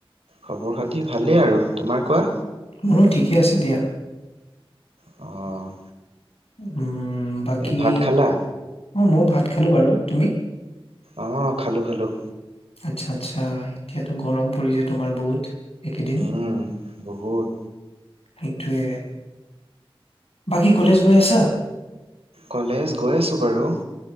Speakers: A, on the right; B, on the left.
A: খবৰ খাতি ভালেই আৰু তোমাৰ কোৱা।
B: মোৰো ঠিকে আছে দিয়া।
A: অ'
B: উম, বাকী,
A: ভাত খালা
B: অ', মই ভাত খালো বাৰু তুমি?
A: অ', খালোঁ, খালোঁ।
B: আচ্ছা, আচ্ছা, এতিয়াতো গৰম পৰিছে, তোমাৰ বহুত একেদিন।
A: উম, বহুত
B: সেইটোৱে, বাকী কলেজ গৈ আছা?
A: কলেজ, গৈ আছোঁ বাৰু।